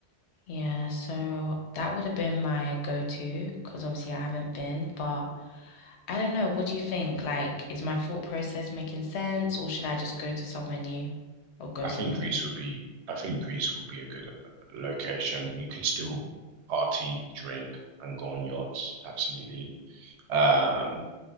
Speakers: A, on the left; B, on the right.
A: Yeah, so that would have been my go-to because obviously I haven't been, but I don't know. What do you think? Like, is my thought process making sense, or should I just go to somewhere new or go
B: I
A: somewhere
B: think Greece
A: new?
B: would be. I think Greece would be a good location. You can still party, drink, and go on yachts. Absolutely. Um,